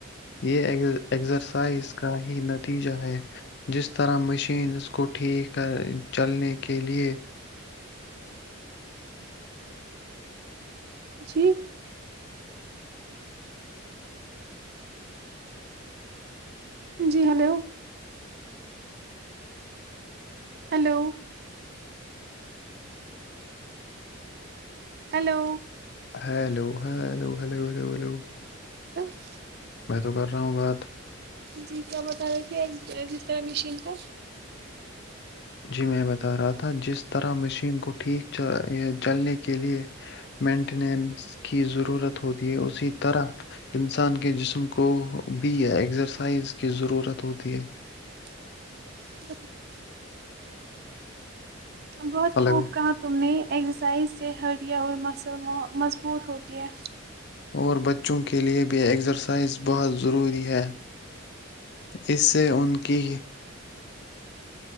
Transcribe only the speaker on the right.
جی جی ہلو ہلو ہیلو
بس
جی کیا بتا رہے تھے جس طرح مشین کو
م ک <inaudible> بہت
خوب کہا تم نے ایکزرسائز سے ہڈیا اور مسل مضبوط ہوتی ہے